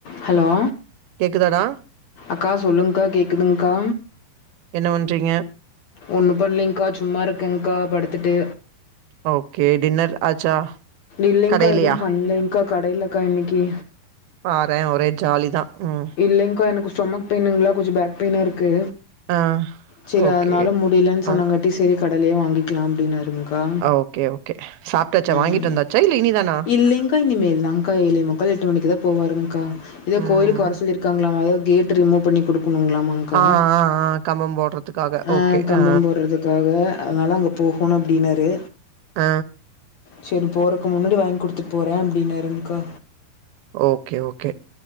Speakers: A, on the left (about 65°); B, on the right (about 75°).
A: ஹலோ
B: கேக்குதாடா
A: அக்கா சொல்லுங்க்கா கேக்குதுங்க்கா
B: என்ன பண்றீங்க
A: ஒன்னும் பன்லிங்கா சும்மா இருக்கங்க்கா படுத்துட்டு
B: ஓகே டின்னர் ஆச்சா
A: இல்லைங்க்கா
B: கடையிலயா
A: எதுவு பண்லைங்க்கா கடைலக்கா இன்னிக்கி
B: பாறே ஒரே ஜாலிதா ம்
A: இல்லேங்க்கா எனக்கு ஸ்டொமக் பெயினுங்ளா கொஞ்சோ பேக் பெயினா இருக்கு
B: ஆ
A: சேரி
B: ஓகே
A: அதனால முடியிலன் சொன்னங்காட்டி
B: ஆ
A: செரி கடைலே வாங்கி க்லா அப்டின்னாருங்க்கா
B: ஓகே ஓகே சாப்ட்டாச்சா
A: ம்
B: வாங்கிட்டு வந்தாச்சா இல்ல இனிதானா
A: இல்லிங்க் இனிமேல் தான்க்கா ஏழே முக்கால் எட்டு மணிக்குதா போவாருங்க்கா எதோ
B: ம்
A: கோயிலுக்கு வரசொ ல்லிருக்காங்களாமா எதோ கேட்டு ரிமூவ் பண்ணி குடுக்குணுங்ளாமா க்கா
B: ஆ ஆ ஆ கம்பம் போடுறதுக்காக
A: அ
B: ஓகே
A: கம்பம்
B: ஆ
A: போட்றதுக்காக அதுனால அங்க போகணு அப்டின்னாரு
B: அ
A: சேரி போறக்கு முன்னாடி வாங்கி குடுத்துட்ப்போற அப்டின்னாருங்க்கா
B: ஓகே ஓகே